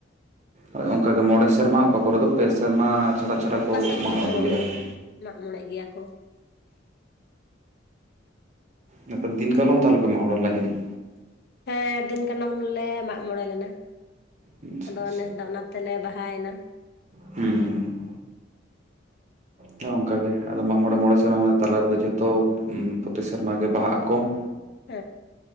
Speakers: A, on the right; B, on the left.
A: ᱦᱳᱭ ᱚᱝᱠᱟ ᱜᱮ ᱢᱚᱬᱮ ᱥᱮᱨᱢᱟ ᱚᱠᱟ ᱠᱚᱨᱮ ᱫᱚ ᱯᱮ ᱥᱮᱨᱢᱟ ᱪᱷᱟᱰᱟ ᱪᱷᱟᱰᱟ
B: ᱚᱠᱟ
A: ᱠᱚ
B: ᱥᱮᱫ ᱨᱮᱫᱚ
A: ᱢᱟᱜ ᱢᱚᱬᱮ
B: ᱦᱳᱭ
A: ᱜᱮᱭᱟ ᱟᱨ ᱠᱤ᱾
B: ᱢᱟᱜ ᱢᱚᱬᱮ ᱜᱮᱭᱟ ᱠᱚ,
A: ᱱᱮᱛ ᱫᱤᱱ ᱠᱟᱞᱚᱢ ᱛᱟᱦᱚᱞᱮ ᱢᱟᱜ ᱢᱚᱬᱮ ᱞᱮᱱᱟ ᱡᱟᱹᱱᱤᱡ?
B: ᱦᱮᱸ, ᱫᱤᱱ ᱠᱟᱞᱚᱢ ᱞᱮ ᱢᱟᱜ ᱢᱚᱬᱮ ᱞᱮᱱᱟ,
A: ᱟᱪᱪᱷᱟ ᱟᱪᱪᱷᱟ,
B: ᱟᱫᱚ ᱱᱮᱥ ᱫᱚ ᱚᱱᱟ ᱛᱮᱞᱮ ᱵᱟᱦᱟᱭᱮᱱᱟ ᱾
A: ᱦᱩᱸ, ᱦᱮᱸ ᱚᱝᱠᱟ ᱜᱮ ᱟᱫᱚ ᱢᱟᱜ ᱢᱚᱬᱮ ᱢᱚᱬᱮ ᱥᱮᱨᱢᱟ ᱛᱟᱞᱟ ᱨᱮᱫᱚ ᱡᱷᱚᱛᱚ ᱯᱨᱚᱛᱤ ᱥᱮᱨᱢᱟ ᱜᱮ ᱵᱟᱦᱟᱜ ᱟᱠᱚ, <unintelligible>
B: ᱦᱮᱸ,